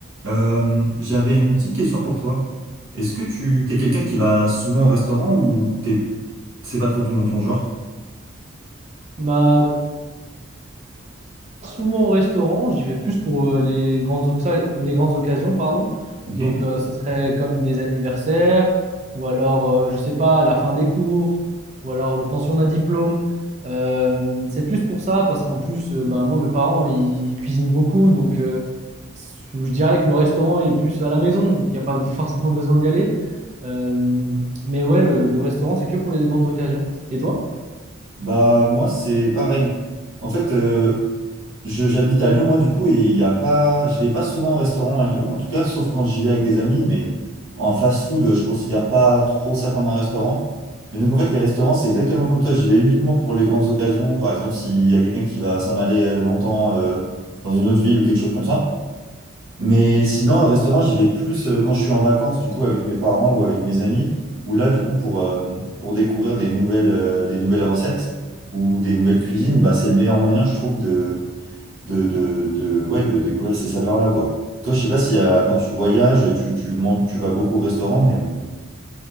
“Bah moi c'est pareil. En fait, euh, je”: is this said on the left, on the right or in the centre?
Right